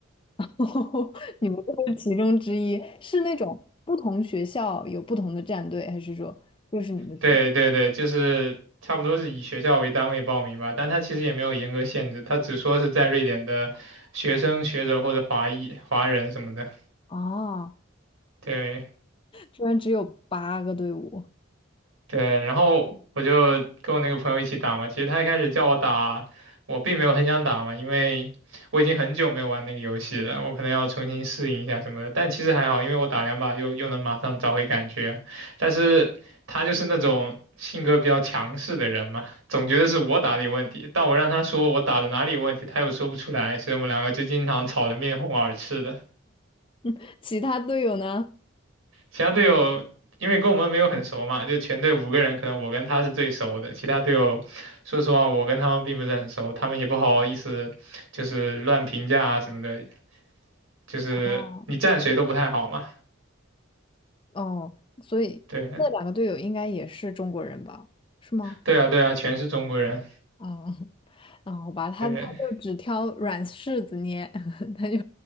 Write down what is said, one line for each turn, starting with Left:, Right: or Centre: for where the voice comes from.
Left: <laughs> 你们这是其中之一，是那种不同学校有不同的战队，还是说就是你们学校？
Right: 对对对，就是差不多是以学校为单位报名吧，但他其实也没有严格限制，他只说是在瑞典的学生、学者或者华裔、华人什么的。
Left: 啊？
Right: 对，
Left: 居然只有八个队伍，
Right: 对，然后我就跟我那个朋友一起打嘛。其实他一开始叫我打，我并没有很想打嘛，因为我已经很久没有玩那个游戏了，我可能要重新适应一下什么的。但其实还好，因为我打两把又又能马上找回感觉。但是他就是那种性格比较强势的人嘛，总觉得是我打的有问题，但我让他说我打的哪里有问题，他又说不出来，所以我们两个就经常吵得面红耳赤的。
Left: <laughs> 其他队友呢？
Right: 其他队友因为跟我们没有很熟嘛，就全队五个人，可能我跟他是最熟的。其他队友，说实话，我跟他们并不是很熟，他们也不好意思就是乱评价啊什么的，就是你站谁都不太好嘛。
Left: 哦哦，所以那两个队友应该也是中国人吧？
Right: 对，
Left: 是吗？
Right: 对啊，对啊，全是中国人。
Left: 嗯，<laughs> 那好吧，他他就只挑软柿子捏，
Right: 对，
Left: <laughs> 他就